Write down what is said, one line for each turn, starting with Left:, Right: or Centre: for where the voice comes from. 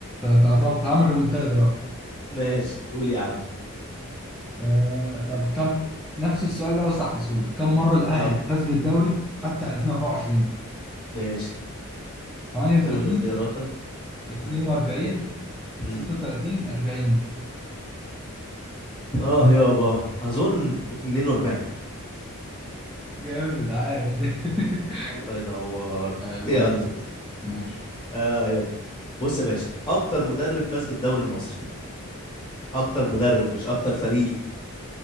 Centre: قربت هعمل ريمونتادا دلوقتي
Left: ماشي قول يا عم
Centre: آه، طب كم نفس السؤال بقى بس هعكسهولك كم مرة الأهلي
Left: اه
Centre: فاز بالدوري حتى 2024
Left: ماشي
Centre: 38
Left: قول لي اختياراتك اه
Centre: 42
Left: ماشي مم.
Centre: 36 40
Left: اه يابا اظن 42
Centre: جامد عايش <laughs>
Left: الله ينور
Centre: آه، الله
Left: يلا
Centre: ينور ماشي
Left: اه يابا بص يا باشا اكتر مدرب فاز بالدوري المصري اكتر مدرب مش اكتر فريق